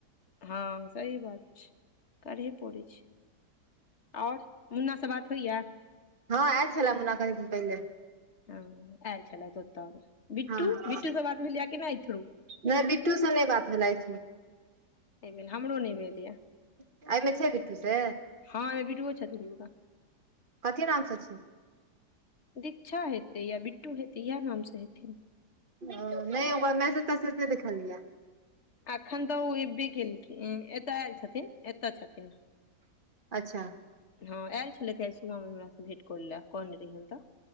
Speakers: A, on the left; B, on the right.
A: हँ सही बात छै करहे पड़ै छै ओर मुन्नासँ बात होइय
B: हँ आ छल मुना कनि दिन पहिले
A: ह आयल छलथ ओतय बिट्टू
B: हँ
A: बिट्टू सब बात भेल के नहि इरू
B: नहि बिट्टूसँ नहि बात भेलइ छ
A: भेल हमरो नहि भेल यऽ
B: एहिमे छै बिट्टू से
A: हँ छथिन
B: कथी नामसँ छियै
A: दीक्षा हेतै या बिट्टू हेतै इएह नामसँ हेथिन
B: ओ नहि हा मैस तसे नहि देखिखल लिय
A: एखन तऽ ओ एबे केलखिन एतऽ आयल छथिन एतऽ छथिन
B: अच्छा
A: हँ आयल छलथि ते आइ सुबहमे हमर से भेट करै लए कने रहियैन तऽ